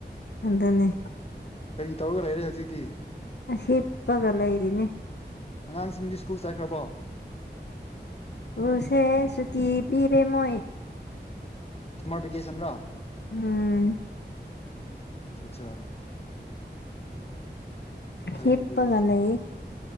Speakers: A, on the left; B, on the left.
A: ꯑꯗꯨꯅꯤ
B: ꯀꯔꯤ ꯇꯧꯔꯒ ꯂꯩꯔꯦ ꯍꯧꯖꯤꯛꯇꯤ
A: ꯑꯁ ꯍꯤꯞꯄꯒ ꯂꯩꯔꯤꯅꯤ
B: ꯑꯉꯥꯡꯁꯤꯡꯗꯤ ꯁ꯭ꯀꯨꯜ ꯆꯠꯈ꯭ꯔꯕꯣ
A: ꯁ꯭ꯀꯨꯜꯁꯦ ꯁꯨꯇꯤ ꯄꯤꯔꯦ ꯃꯣꯏ
B: ꯁꯥꯃꯔ ꯚꯤꯀꯦꯁꯟꯂꯣ
A: ꯎꯝ
B: ꯑꯆꯥ ꯑꯆꯥ ꯐꯩꯅꯦ
A: ꯍꯤꯞꯄꯒ
B: ꯑꯗꯨꯗꯤ
A: ꯂꯩꯌꯦ